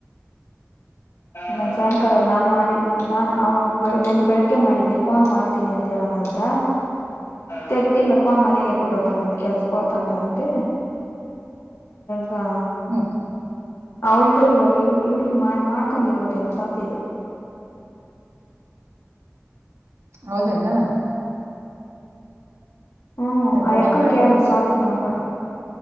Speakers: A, on the left (about 70°); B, on the right (about 85°).
A: ನ ಸಾಯಂಕಾಲದ ನಾನ್ ಮಾಡಿದ ನಾನ್ ಅವ ನನ್ ಬೆಳಗ್ಗೆ ಮಾಡಿದನಿ ಫೋನ್ ಮಾಡ್ತೀನಿ ಅಂತ ಹೇಳಣ ಅಂತ ತೆಗ್ದಿಲ್ಲ ಫೋನ್ ಮನೆಗೆ ಕುಟ್ಟೋತಾಳಂತ ಕೆಲ್ಸಕ ಹೋತಾಟ ಅಂತೆ ಹಾ
B: ಹ್ಮ್
A: ಅವಳ್ದು ಇವಾಗ ಇಳ ಮಾಡ್ ಕಕಂದಿರ್ಬೋದೇನೋ ಸಾತ್ ಇದು
B: ಹೌದೇನಾ
A: ಹ್ಮ್
B: ಒಂಟಡಿ
A: ಆ ಎಕ್ಕನ್
B: ಹಂಗಾದ್ರೆ
A: ಕೇಳು ಸ್ವಾತಿ ನಂಬರು